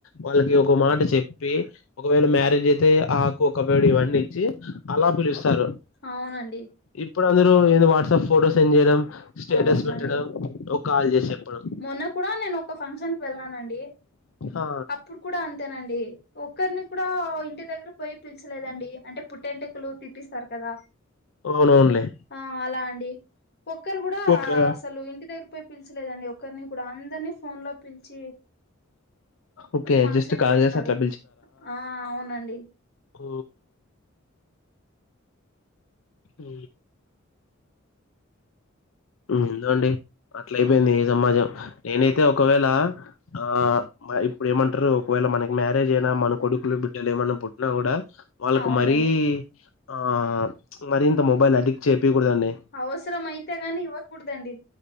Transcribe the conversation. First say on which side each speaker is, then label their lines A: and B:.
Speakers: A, on the left; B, on the left.
A: వాళ్ళకి ఒక మాట చెప్పి ఒకవేళ మ్యారేజ్ అయితే ఆకు కబడ్డీ ఇవన్నీ ఇచ్చి అలా పిలుస్తారు
B: అవునండి
A: ఇప్పుడు అందరు ఏంది వాట్సాప్ ఫోటో సెండ్ చేయడం స్టేటస్
B: అవునండి
A: పెట్టడం ఒ కాల్ చేసి చెప్పడం
B: మొన్న కూడా నేను ఒక ఫంక్షన్ కి వెళ్ళానండి
A: ఆ
B: అప్పుడు కూడా అంతేనండి ఒకరిని కూడా ఇంటి దగ్గర పోయి పిల్చలేదండి అంటే పుట్టెంటుకలు తీపిస్తారు కదా
A: అవునవునులే
B: ఆ అలా అండి ఒక్కరు కూడా
A: ఓకే
B: అసలు ఇంటి దగ్గర పోయి పిల్చలేదండి ఒకరిని కూడా అందరిని ఫోన్ లో పిలిచి
A: ఓకే
B: ఫంక్షన్
A: జస్ట్ కాల్
B: చేసినారు
A: చేసి అట్లా
B: ఆ అవునండి
A: ఓ ఊ ఏందో అండి అట్లయిపోయింది ఈ సమాజం నేనైతే ఒకవేళ ఆ ఆ ఇప్పుడు ఏమంటారు ఒకవేళ మనకి మ్యారేజ్ అయినా మన కొడుకులు బిడ్డలు ఏమన్నా పుట్టినా కూడా వాళ్ళకు
B: అవునండి
A: మరీ ఆ మరింత మొబైల్ అడిక్ట్ చేపియకూడదండి
B: అవసరమైతె గనీ ఇవ్వ కుడదండి